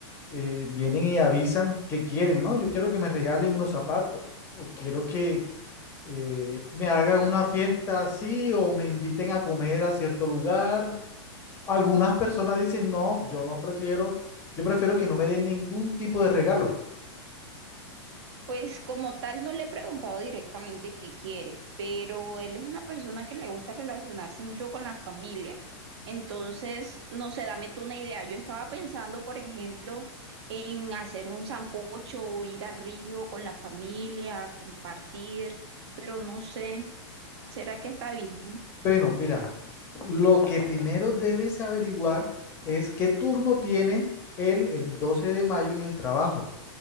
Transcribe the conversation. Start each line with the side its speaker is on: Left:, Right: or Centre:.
Left: eh, vienen y avisan que quieren, ¿no? Yo quiero que me regalen unos zapatos o quiero que eh, me hagan una fiesta así o me inviten a comer a cierto lugar. Algunas personas dicen, no, yo no prefiero, yo prefiero que no me den ningún tipo de regalo.
Right: Pues como tal no le he preguntado directamente qué quiere, pero él es una persona que le gusta relacionarse mucho con la familia. Entonces, no sé, dame tú una idea. Yo estaba pensando, por ejemplo, en hacer un sancocho o ir a Río con la familia, compartir, pero no sé, ¿será que está bien?
Left: Bueno, mira, lo que primero debes averiguar es qué turno tiene él el 12 de mayo en el trabajo,